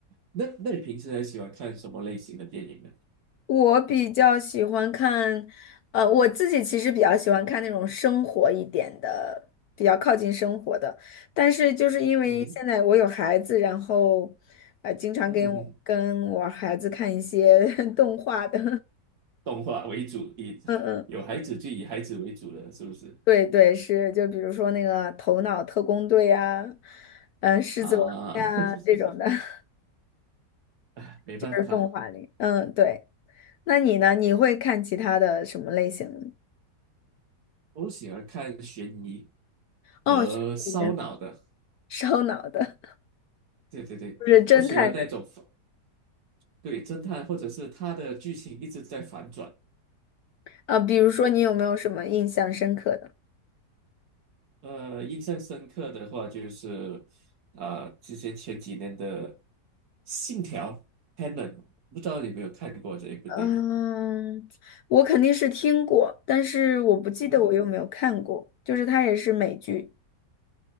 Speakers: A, on the right; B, on the left.
A: 那那你平时还喜欢看什么类型的电影呢？
B: 我比较喜欢看，呃，我自己其实比较喜欢看那种生活一点的，比较靠近生活的。但是就是因为现在我有孩子，
A: 嗯哼，
B: 然后呃，经常跟我跟我孩子看一些
A: 嗯哼哼，
B: <laughs> 动画的，
A: 动画为主，以有孩子就以孩子为主了，
B: <laughs> 嗯嗯。
A: 是不是？
B: 对对，是，就比如说那个《头脑特工队》呀，嗯，《狮子王》呀这种的，
A: 啊，<laughs>
B: <laughs>
A: 唉没办法，
B: 就是动画里。嗯，对。那你呢？你会看其他的什么类型的？
A: 我喜欢看悬疑
B: 哦，
A: 和烧脑的。
B: 悬疑的、<laughs> 烧脑的，
A: 对对对，
B: 就是侦探的
A: 我喜欢那种反对侦探，或者是他的剧情一直在反转。
B: 啊。比如说，你有没有什么印象深刻的？
A: 呃，印象深刻的话就是啊、之前前几年的《信条》（Tenet），不知道你有没有看过这一部电影？
B: 嗯，我肯定是听过，但是我不记得我有没有看过。
A: <laughs> 嗯哼。
B: 就是它也是美剧。